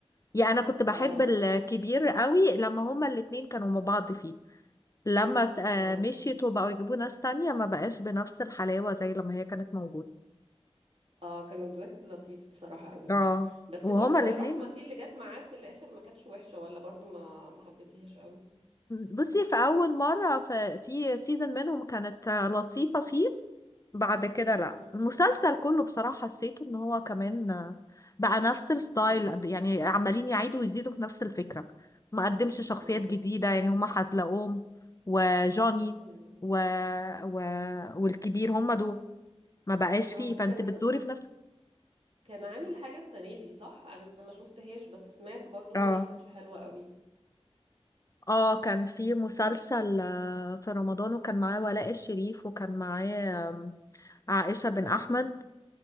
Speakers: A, on the left; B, on the right.
A: يعني انا كنت بحب
B: اه
A: الكبير قوي لما هما الاتنين كانوا مع بعض فيه لما س- آه،
B: اه
A: مشيت وبقوا يجيبوا ناس تانية ما بقاش بنفس الحلاوة زي لما هي كانت موجودة
B: اه كانوا دويت لطيف بصراحة قوي
A: اه
B: بس
A: وهما
B: برضه
A: الاتنين
B: رحمة دي اللي جت معاه في الاخر ما كانتش وحشة ولا برضه ما ما حبيتيهاش قوي
A: بصي في اول مرة في, في سيزون منهم كانت آه، لطيفة فيه بعد كده لا
B: امم
A: المسلسل كله بصراحة حسيته ان هو كمان آه، بقى نفس الستايل
B: امم
A: يعني عمالين يعيدوا ويزيدوا في نفس الفكرة ما قدمش شخصيات
B: اه
A: جديدة يعني هما حزلقوم وجوني
B: أمم.
A: و... و... والكبير هما دول ما بقاش فيه
B: اه بس
A: فانت
B: كان
A: بتدوري في نفس
B: كان عامل حاجة السنة دي صح انا ما شفتهاش بس سمعت برضو
A: اه
B: ان هي ما كانتش حلوة قوي
A: اه كان في مسلسل آه، في رمضان وكان معاه ولاء الشريف وكان معاه آم، عائشة بن
B: مم.
A: أحمد